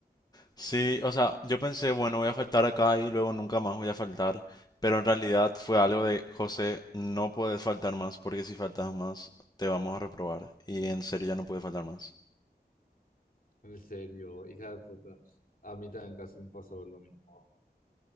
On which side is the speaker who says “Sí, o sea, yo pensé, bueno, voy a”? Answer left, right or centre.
Left